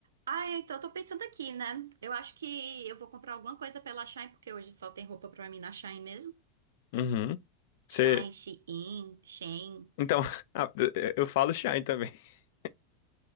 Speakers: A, on the right; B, on the left.
A: ai então eu tô pensando aqui, né? Eu acho que eu vou comprar alguma coisa pela Shein, porque hoje só tem roupa pra mim na Shein mesmo.
B: Uhum. Você,
A: Shein, Shein, Shein.
B: então, <laughs> ah, eu falo Shine também. <laughs>